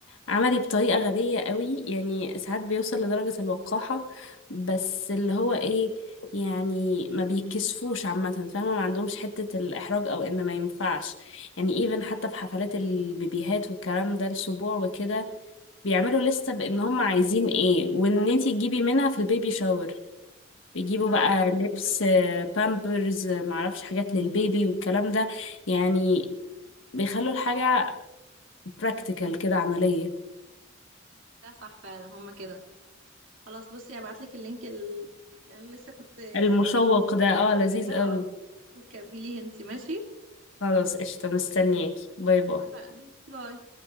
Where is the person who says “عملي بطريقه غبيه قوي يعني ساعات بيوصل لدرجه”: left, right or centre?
Left